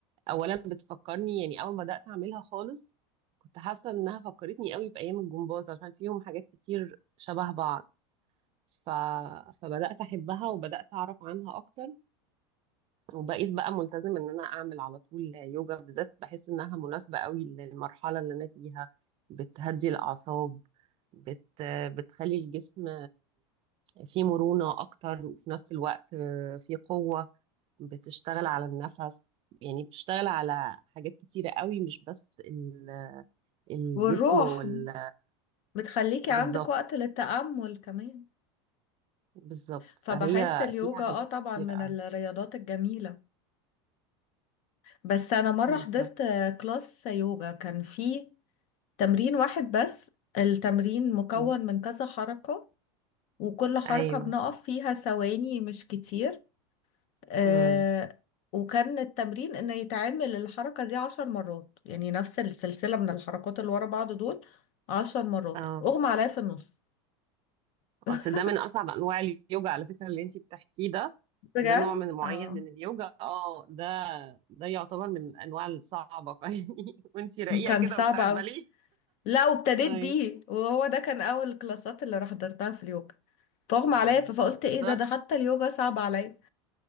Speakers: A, on the right; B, on the left.
A: اولا بتفكرني يعني اول ما بدات اعملها خالص كنت حاسه انها فكرتني قوي بايام الجمباز عشان فيهم حاجات كتير شبه بعض ف... فبدأت أحبها وبدأت أعرف عنها أكتر وبقيت بقى ملتزم إن أنا أعمل على طول يوجا بالذات بحس إنها مناسبة قوي للمرحلة اللي أنا فيها بتهدي الأعصاب بت... بتخلي الجسم فيه مرونة أكتر وفي نفس الوقت فيه قوة بتشتغل على النفس يعني بتشتغل على حاجات كتيرة قوي مش بس ال- الجسم
B: والروح
A: وال...
B: بتخليكي
A: بالظبط
B: عندك وقت للتأمل كمان
A: بالظبط
B: فبحس
A: فهي
B: اليوجا
A: فيها حاجات
B: اه طبعا
A: كتيرة
B: من
A: قوي.
B: الرياضات الجميلة بس انا مرة
A: بالظبط
B: حضرت كلاس يوجا كان فيه تمرين واحد بس التمرين مكون
A: مم.
B: من كذا حركة وكل حركة
A: أيوه
B: بنقف فيها ثواني مش كتير آه
A: امم
B: وكان التمرين ان يتعمل الحركة دي عشر مرات يعني نفس السلسلة من الحركات اللي ورا بعض دول عشر مرات
A: اه
B: اغمى عليا في النص <laughs>
A: اصل ده من اصعب انواع اليوجا على فكره اللي انت بتحكيه ده
B: بجد
A: ده نوع من معين
B: اه
A: من اليوجا اه ده ده يعتبر من الانواع الصعبه <laughs> فاهمني وانت راقيه
B: كان
A: كده
B: صعب
A: وبتاعت
B: اوي
A: بالي
B: لا وابتديت
A: هاي
B: بيه وهو ده كان اول الكلاسات اللي حضرتها في اليوجا فاغمى
A: آه.
B: عليا ف- فقلت ايه
A: بس
B: ده ده حتى اليوجا صعب عليا